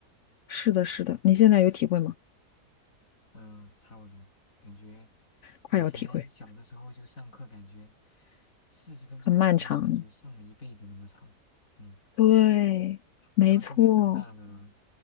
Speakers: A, on the left (about 80°); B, on the left (about 50°).
A: 是的，是的，你现在有体会吗？
B: 嗯，呃差不多，感觉
A: 快要体会，
B: 以前小的时候就上课，感觉四十分钟的课，
A: 很漫长。
B: 感觉上了一辈子那么长。嗯。
A: 对，没错。
B: 然后现在长大了，